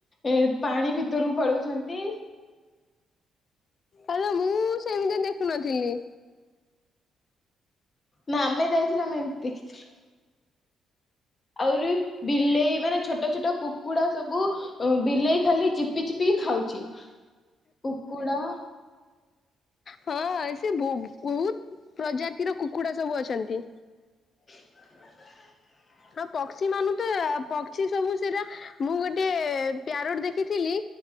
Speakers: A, on the left; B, on the left.
A: ଏ ପାଣି ଭିତରକୁ ପଳଉଛନ୍ତି।
B: ଆଲୋ ମୁଁ ସେମିତିଆ ଦେଖୁନଥିଲି।
A: ନା ଆମେ ଯାଇଥିଲୁ ଆମେ ଏମିତି ଦେଖିଥିଲୁ। ଆହୁରି ବିଲେଇ ମାନେ ଛୋଟ ଛୋଟ କୁ କୁକୁଡା ସବୁ ବିଲେଇ ଖାଲି ଚିପି ଚିପି ଖାଉଛି କୁକୁଡ଼ା
B: ହଁ ସେ ବହୁତ ପ୍ରଜାତିର କୁକୁଡା ସବୁ ଅଛନ୍ତି।
A: <inaudible>
B: ହଁ ପକ୍ଷୀ ମାନୁ ତ ପକ୍ଷୀ ସବୁ ସେଟା ମୁଁ ଗୋଟେ ପ୍ୟାରୋଟ ଦେଖିଥିଲି।